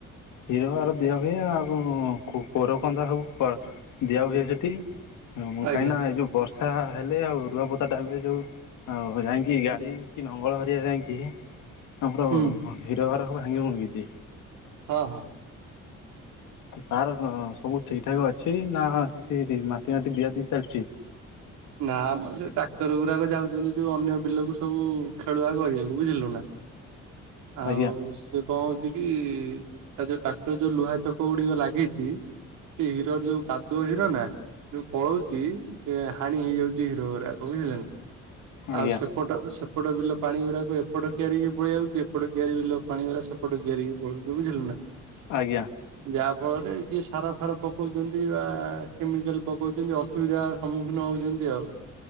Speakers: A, on the left; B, on the right.
A: କ୍ଷୀରଆର ଦିଆ ହୁଏ ଆଉ କୋରକନ୍ଦା ସବୁ ଦିଆ ହୁଏ ସେଠି। ହ ମୁଁ
B: ଆଜ୍ଞା
A: କାହିଁକି ନା ଏଇ ଯୋଉ ବର୍ଷା ହେଲେ ଆଉ ରୁଆପତା ଟାଇମରେ ଯୋଉ ଆଉ ଯାଇକି ଗାଡି କି ନଙ୍ଗଳ କରିବା ଯାଇକି ଆମର
B: ହୁଁ
A: ହେରବାର ସବୁ ଭାଙ୍ଗି ଭୋଙ୍ଗୀଛି।
B: ହଁ ହଁ।
A: ତାର ସବୁ ଠିକଠାକ୍ ଅଛି ନା କିଛି ମାଟି ମାଟି ଦିଆଦି ଚାଲିଛି?
B: ନା ଆମର ସେ ଟ୍ରାକ୍ଟର ଗୁଡାକ ଯାଉଛନ୍ତି ଯୋଉ ଅନ୍ୟ ବିଲକୁ ସବୁ ଖେଳୁଆ କରିବାକୁ ବୁଝିଲୁ ନା। ଆଉ
A: ଆଜ୍ଞା
B: ସେ କଣ କି ତା ଯୋଉ ଟ୍ରାକ୍ଟର ଯୋଉ ଲୁହା ଚକ ଗୁଡିକ ଲାଗିଛି ସେ ହିରର ଯୋଉ କାଦୁଅ ହିର ନା ଯୋଉ ପଳଉଛି ସେ ପାଣି ହେଇଯାଉଛି ହିରୋ ହରା ବୁଝିଲେ ନା
A: ଆଜ୍ଞା
B: ଆଉ ସେ ସେପଟ ସେପଟ ବିଲ ପାଣି ଗୁଡାକ ଏପଟ କିଆରିି ପଳଆ ଯାଉଛି ଏପଟ କିଆରି ବିଲ ପାଣି ଗୁଡ଼ାସେ ପଟେ ଘେରିକି ପଳଉଛ ବୁଝିଲୁ ନା।
A: ଆଜ୍ଞା।
B: ଯାହା ଫଳରେ ଯିଏ ସାର ଫାର ପକଉଛନ୍ତି ବା କେମିକାଲ ପକଉଛନ୍ତି ଅସୁବିଧା ସମ୍ମୁଖ ନ ହଉଛନ୍ତି ଆଉ।